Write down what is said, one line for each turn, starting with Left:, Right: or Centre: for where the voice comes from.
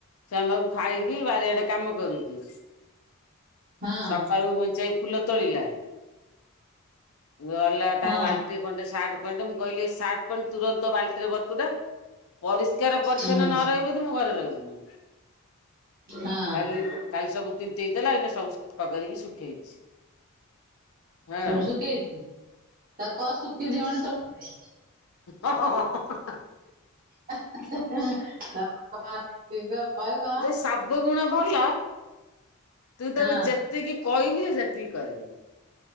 Left: ସେମାନେ ବାବୁ ଖାଇକି ବାରିଆଡେ କାମ କରୁଚି
Right: ହଁ
Left: ସକାଳୁ ମେଞ୍ଚାଇ। ଫୁଲ ତୋଳିଲା। ଗଲା ତାର
Right: ହଁ
Left: ବାଲଟି ଖଣ୍ଡେ ସାର୍ଟ ପ୍ୟାଣ୍ଟ ମୁଁ କହିଲି ସାର୍ଟ ମୁଁ କହିଲି ତୁରନ୍ତ ବାଲ୍ଟିରେ ବତୁରା ପରିଷ୍କାର ପରିଚ୍ଛନ୍ନ
Right: ହୁଁ
Left: ନ ରହିବୁ ଯଦି ମୁଁ ଘରେ ରହିବିନି।
Right: ହଁ
Left: କାଲି। <unintelligible> କାଲି ସବୁ ତିିନ୍ତେଇ ଥିଲା ଏଇନା ସବୁ ସଫା କରିକି ଶୁଖେଇଛି। ହଁ
Right: ସବୁ
Left: ହଁ
Right: ଶୁଖେଇଛି ତା କହ ଶୁଖିଯିବଣି ତୋଳି ଦେ
Left: ହଃ ହଃ ହଃ।
Right: ହଃ ହଃ ହଃ <unintelligible>
Left: ବେ ସବୁ ଗୁଣ ଭଲ ତୁ ତାକୁ
Right: ହଁ
Left: ଯେତେ। ଯେତିକି କହିବି ସେତିକି କରିବି।